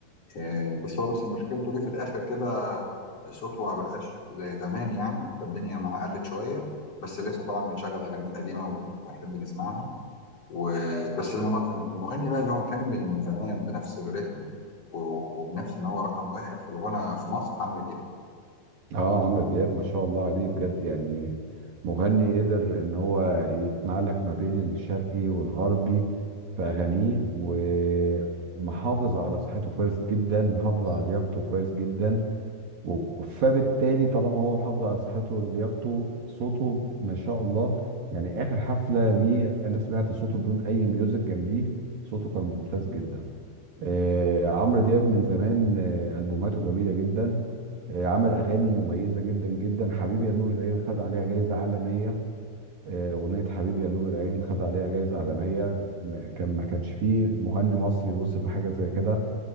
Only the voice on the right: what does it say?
اه عمرو دياب ما شاء الله عليه بجد يعني مغني قدر ان هو يجمع لك ما بين الشرقي والغربي في اغانيه و- ومحافظ على صحته كويس جدا محافظ على لياقته كويس جدا فبالتالي طالما هو محافظ على صحته ولياقته صوته ما شاء الله يعني اخر حفله ليه انا سمعت صوته بدون اي ميوزك جنبيه صوته كان ممتاز جدا آه عمرو دياب من زمان آه البوماته جميله جدا آه عمل اغاني مميزه جدا جدا حبيبي يا نور العين خد عليها جايزه عالميه آه اغنيه حبيبي يا نور العين خد عليها جايزه عالميه م- كان ما كانش فيه مغني مصري وصل لحاجه زي كده